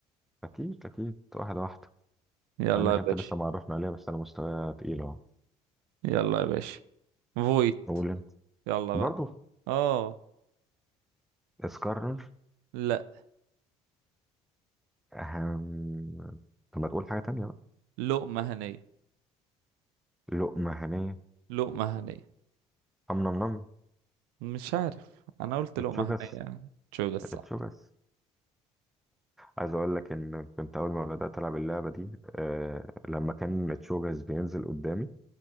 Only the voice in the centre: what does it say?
أكيد أكيد واحدة واحدة
مع إنك
أنت
لسه معرفنا عليها بس أنا مستوايا تقيل أهو
قول أنت
برضه
اسكرر
أهم طب ما تقول حاجة تانية بقى
لقمة هنية
أم نم نم
اتشوكس
اتشوكس عايز أقول لك إن كنت أول ما بدأت ألعب اللعبة دي آه لما كان اتشوكس بينزل قدامي